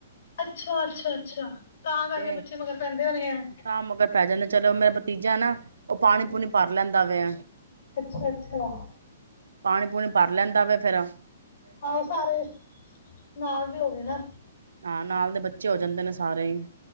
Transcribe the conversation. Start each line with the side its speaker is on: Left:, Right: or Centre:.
Left: ਅੱਛਾ ਅੱਛਾ ਅੱਛਾ ਤਾਂ ਕਰਕੇ
Right: ਤੇ
Left: ਬੱਚੇ ਮਗਰ ਪੈਂਦੇ ਹੋਣੇ ਹੈ
Right: ਤਾਂ ਮਗਰ ਪੈ ਜਾਂਦਾ ਚਲੋ ਮੇਰਾ ਭਤੀਜਾ ਨਾ ਉਹ ਪਾਣੀ
Left: ਹਾਂਜੀ।
Right: ਪੂਣੀ ਭਰ ਲੈਂਦਾ ਵੇ
Left: ਅੱਛਾ ਅੱਛਾ
Right: ਪਾਣੀ ਪੂਣੀ ਭਰ ਲੈਂਦਾ ਵ ਫੇਿਰ
Left: ਆਹੋ ਸਾਰੇ ਨਾਲ ਦੇ ਹੋ ਗਏ ਨਾ
Right: ਹਾਂ ਨਾਲ ਦੇ ਬੱਚੇ ਹੋ ਜਾਂਦੇ ਨੇ ਸਾਰੇ ਹੀ